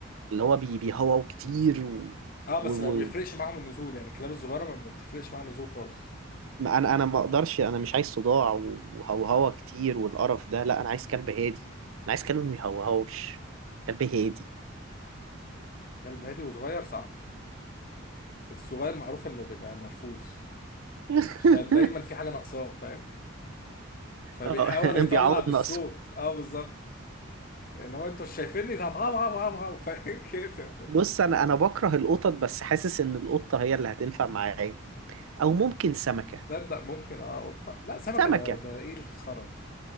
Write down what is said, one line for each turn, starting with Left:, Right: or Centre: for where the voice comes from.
Right: اللي هو بي- بيهوهو كتير و...
Left: اه
Right: و...
Left: بس ما بيفرقش معاهم النزول يعني الكلاب الصغيره ما بتفرقش معاها النزول خالص
Right: ما انا انا ما اقدرش انا مش عايز صداع وهوهوة كتير والقرف ده لا انا عايز كلب هادي انا عايز كلب ما بيهوهوش كلب هادي
Left: كلب هادي وصغير صعب الصغير معروف انه بيبقى نرفوز
Right: <laughs>
Left: عشان دايما في حاجه ناقصاه فاهم فبيحاول
Right: آه،
Left: يطلع
Right: بيعوض
Left: بالصوت
Right: نقصه
Left: اه بالظبط اللي هو انتوا شايفيني طب هاو هاو هاو هاو <laughs> فاهم كده
Right: بص انا انا بكره القطط بس حاسس ان القطه هي اللي هتنفع معايا او ممكن سمكه
Left: تصدق ممكن اه قطه لا سمكه
Right: سمكه
Left: ده, ده ايه الخرا